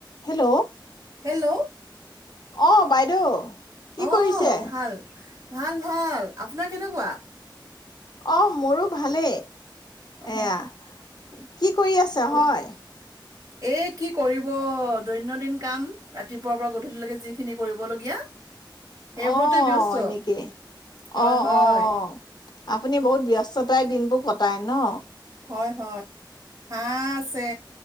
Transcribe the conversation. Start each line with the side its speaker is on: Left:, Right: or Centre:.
Left: Hello
Right: hello.
Left: অ বাইদেউ? কি
Right: অ
Left: কৰিছে
Right: ভাল। ভাল ভাল আপোনাৰ কেনেকুৱা?
Left: অ', মোৰো ভালেই।
Right: অ
Left: এয়া, কি কৰি আছে
Right: ব-
Left: হয়?
Right: এ কি কৰিব, দৈনন্দিন কাম ৰাতিপুৱাৰ পৰা গধূলিলৈকে যিখিনি কৰিবলগীয়া। সেইবোৰতে
Left: অ',
Right: ব্যস্ত
Left: এনেকে
Right: হয়
Left: অ',
Right: হয়
Left: অ'। আপুনি বহুত ব্যস্ততাৰ দিনবোৰ কত পাই ন?
Right: হয়, হয়। হাঁহ আছে,